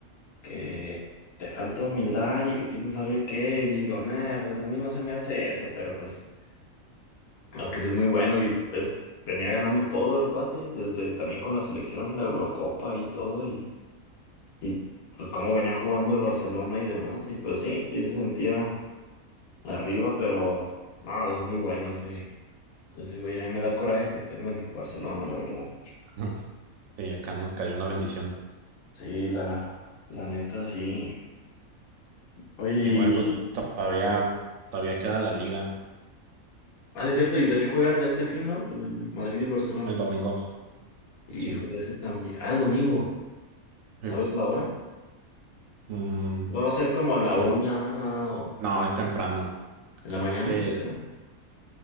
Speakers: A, on the left; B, on the right.
A: que te falta humildad y que quién sabe qué, y digo, nah, pues a mí no se me hace eso, pero pues más que sí es muy bueno y pues venía ganando todo el cuate, desde también con la selección, la Eurocopa y todo, y, y pues cómo venía jugando el Barcelona y demás, y pues sí, sí se sentía arriba, pero no, es muy bueno ese, ese güey, a mí me da coraje que esté en el Barcelona, la verdad.
B: <laughs> y acá nos cayó una bendición.
A: Sí, la, la neta, sí. Oye,
B: Igual,
A: y-
B: pues todavía, todavía queda la liga
A: Ah, sí, es cierto, y de hecho juegan este fin, ¿no? El Madrid y el Barcelona.
B: el domingo.
A: Híjole,
B: Sí,
A: ese también. Ah, el domingo.
B: sí.
A: ¿Sabes la hora?
B: Mm,
A: Va a ser como a la
B: es-
A: una o
B: no, es temprano.
A: en
B: Creo
A: la mañana,
B: que
A: ¿verdad?